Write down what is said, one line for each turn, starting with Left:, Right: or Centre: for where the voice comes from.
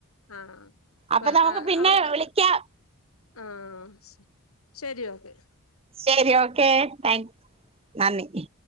Left: ആ പ്പൊ
Right: അപ്പൊ നമുക്ക്
Left: അ
Right: പിന്നെ
Left: അവർക്ക്
Right: വിളിക്കാം
Left: ആ ശെ ശെരി ഓക്കെ
Right: ശെരി ഓക്കെ താങ്ക് നന്ദി